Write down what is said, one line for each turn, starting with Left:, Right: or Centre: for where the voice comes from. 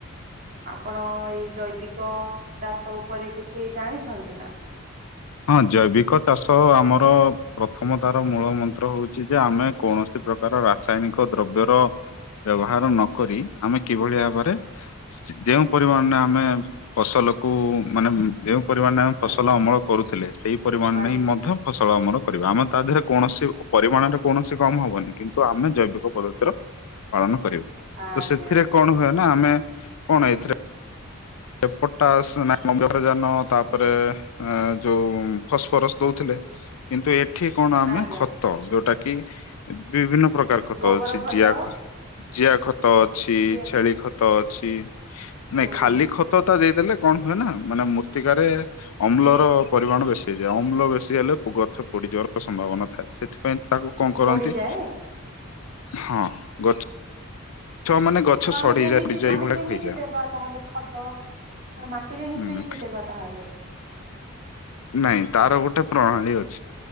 Right: ଆପଣ ଏଇ ଜୈବିକ ଚାଷ ଉ ପରେ କିଛି ଜାଣିଛନ୍ତି ନା
Left: ହଁ ଜୈବିକ ଚାଷ ଆମର ପ୍ରଥମ ତାର ମୂଳ ମନ୍ତ୍ର ହଉଛି ଯେ ଆମେ କୌଣସି ପ୍ରକାର ରାସାୟନିକ ଦ୍ରବ୍ୟର ବ୍ୟବହାର ନ କରି ଆମେ କିଭଳି ଭାବରେ ଯେଉଁ ପରିମାଣରେ ଆମେ ଫସଲ କୁ ମାନେ ଯେଉ ପରିଣରେ ଆମେ ଫସଲ
Right: ଆଜ୍ଞା
Left: ଅମଳ କରୁଥିଲେ ସେଇ ପରିମାଣରେ
Right: ଆଜ୍ଞା
Left: ମଧ୍ୟ ଫସ ଫଳ ଆମର କରିବା ଆମେ ତା ଦେହରେ କୌଣସି ପରିମାଣରେ କୌଣସି କମ ହବନି କିନ୍ତୁ ଆମେ ଜୈବିକ ପଦ୍ଧତିର ପାଳନ କରିବୁ
Right: ଆଜ୍ଞା
Left: ତ ସେଥିରେ
Right: ଆଜ୍ଞା ଆଜ୍ଞା
Left: କଣ ହୁଏ ନା ଆମେ କଣ ଏଥିରେ ଫଟାସ ନା ଅମ୍ଳଜାନ ତାପରେ ଏଁ ଯୋଉ ଫସଫରସ ଦଉଥିଲେ। କିନ୍ତୁ ଏଠି କଣ ଆମେ
Right: ଆଜ୍ଞା
Left: ଖତ ଯୋଉଟା କି ବିଭିନ୍ନ ସବୁପ୍ରକାର ଖତ
Right: ଗୋବର
Left: ଅଛି
Right: ଖତ
Left: ଜିଆଖ ଜିଆ ଖତ ଅଛି
Right: ଯିଏ
Left: ଛେଳି ଖତ ଅଛି।
Right: ହୁଁ
Left: ନାଇଁ ଖାଲି ଖତ ତ <unintelligible> ଦେଲେ କଣ ହୁଏନା ମାନେ ମୃତ୍ତିକାରେ ଅମ୍ଳର ପରିମାଣ ବେଶୀ ହେଇଯାଏ ଅମ୍ଳ ବେଶୀ ହେଲେ ଗଛ ପୋଡିଯିବାର ସମ୍ଭାବନା ଥାଏ ସେଥିପାଇଁ ତାକୁ କଣ କରନ୍ତି।
Right: ପୋଡିଯାଏ
Left: ହଁ ଗଛ ମାନେ ଗଛ
Right: ତ ଆମେ
Left: ସଢିଯାଏ
Right: କେମିତି
Left: ଏଇଭଳିଆ
Right: ଆମେ କେମିତି
Left: ହେଇଯାଏ
Right: ଦେବା ତାହେଲେ ଖତ କଣ ମା ଟିକେ ମିସେଇକି
Left: ହୁଁ
Right: ଦେବା ତାହାଲେ
Left: ନାଇଁ ତାର ଗୋଟେ ପ୍ରଣାଳୀ ଅଛି